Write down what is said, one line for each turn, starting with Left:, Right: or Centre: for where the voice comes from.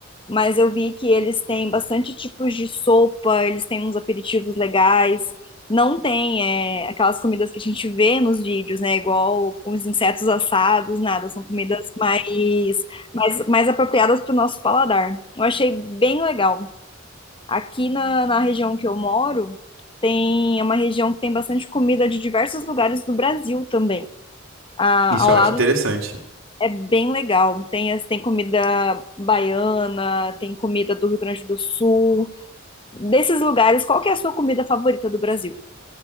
Left: mas eu vi que eles têm bastante tipos de sopa, eles têm uns aperitivos legais. Não tem, é, aquelas comidas que a gente vê nos vídeos, né? Igual os insetos assados, nada. São comidas mais, mais, mais apropriadas para o nosso paladar. Eu achei bem legal. Aqui na, na região que eu moro, tem, é uma região que tem bastante comida de diversos lugares do Brasil também. Ah,
Right: Isso
Left: ao
Right: eu
Left: lado
Right: acho interessante.
Left: é bem legal. Tem, as- tem comida baiana, tem comida do Rio Grande do Sul. Desses lugares, qual que é a sua comida favorita do Brasil?